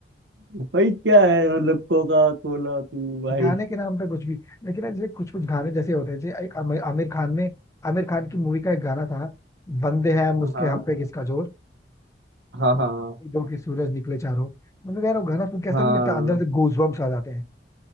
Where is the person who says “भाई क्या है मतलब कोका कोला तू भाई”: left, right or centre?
Right